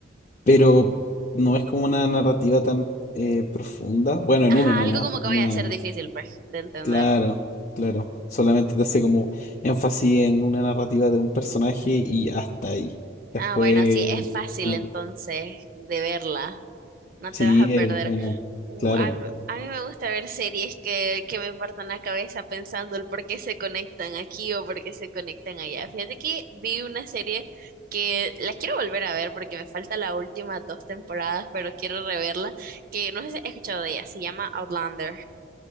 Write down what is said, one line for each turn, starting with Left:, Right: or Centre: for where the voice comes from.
Left: pero no es como una narrativa tan eh, profunda. Bueno, en
Right: Ajá,
Left: uno nomás,
Right: algo como que
Left: en
Right: vaya
Left: una
Right: a ser
Left: nomás.
Right: difícil, pues, de entender.
Left: Claro, claro. Solamente te hace como énfasis en una narrativa de un personaje y hasta ahí. Después,
Right: Ah, bueno, sí, es fácil
Left: ah,
Right: entonces de verla. No
Left: sí,
Right: te vas a perder.
Left: eh, bueno,
Right: Uh,
Left: claro.
Right: a, m- a mí me gusta ver series que, que me partan la cabeza pensando el por qué se conectan aquí o por qué se conectan allá. Fíjate que vi una serie que la quiero volver a ver porque me falta las últimas dos temporadas, pero quiero reverla, que no sé si has escuchado de ella, se llama Outlander.